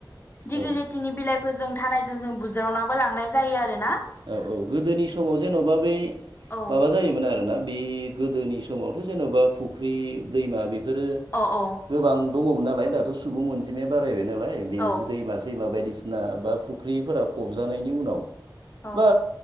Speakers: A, on the left; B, on the right.
A: डिग्लिलि
B: औ
A: थिनि बिलाइफोरजों धानायजों जों बुज्रावनाबो लांनाय जायो आरोना।
B: औ औ गोदोनि समाव जेन'बा बै
A: औ
B: माबा जायोमोन आरोना बेयो गोदोनि समावथ' जेन'बा फुख्रि दैमा बेफोरो
A: अ औ।
B: गोबां दङमोन नालाय दाथ' सुबुं अनजिमाया बारायबाय नालाय बे
A: औ
B: जि दैमा दैमा बायदिसिना बा फुख्रिफोरा फबजानायनि उनाव
A: औ
B: बा